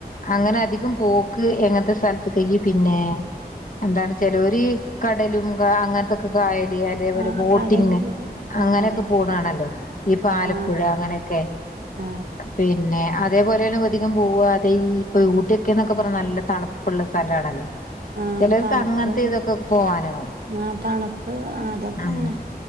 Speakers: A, on the left (about 55°); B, on the right (about 70°).
A: അങ്ങനെ അധികം പോക്ക് എങ്ങനത്തെ സ്ഥലത്ത് കയ്യി പിന്നെ എന്താണ് ചെലവര് കടലും അങ്ങനത്തൊക്കെ കായ അതേപോലെ
B: ആ
A: ബോട്ടിംഗ്
B: കടലില്
A: അങ്ങനെയൊക്കെ
B: ആ അതെ
A: പോണ കാണല്ലോ ഇപ്പ ആലപ്പുഴ
B: ആ
A: അങ്ങനെയൊക്കെ
B: ആ
A: പിന്നെ അതേപോലെയാണ് അധികം പോവുക അതെ ഈ ഇപ്പൊ ഊട്ടിയൊക്കെന്നൊക്കെ പറഞ്ഞ നല്ല തണുപ്പുള്ള സ്ഥലാണല്ലോ
B: ആ
A: ചെലോർക്ക്
B: തണുപ്പ്
A: അങ്ങനത്തെ ഇതൊക്കെ പോവാനാവും
B: ആ തണുപ്പ് അതൊക്കെ
A: ഉം
B: തന്നെ